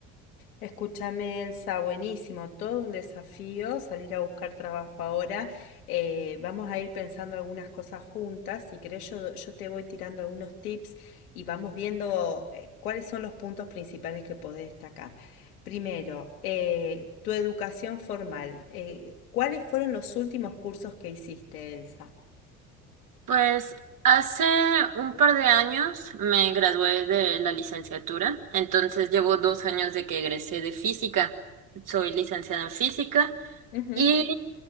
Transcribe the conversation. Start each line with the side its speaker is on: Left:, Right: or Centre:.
Left: Escúchame, Elsa, buenísimo, todo un desafío salir a buscar trabajo ahora. Eh, vamos a ir pensando algunas cosas juntas. Si querés, yo, yo te voy tirando algunos tips y vamos viendo eh, cuáles son los puntos principales que podés destacar. Primero, eh, tu educación formal. Eh, ¿cuáles fueron los últimos cursos que hiciste, Elsa?
Right: Pues hace un par de años me gradué de la licenciatura, entonces llevo dos años de que egresé de física. Soy licenciada en física
Left: Ujú,
Right: y